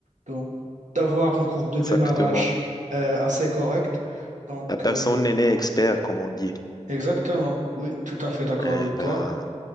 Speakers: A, on the right; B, on the left.
A: donc d'avoir une courbe de démarrage
B: Exactement.
A: euh, assez correct. Donc,
B: La personne
A: euh,
B: n'est expert, comme on dit.
A: exactement, oui, tout à fait d'accord
B: Eh
A: avec
B: ben,
A: toi.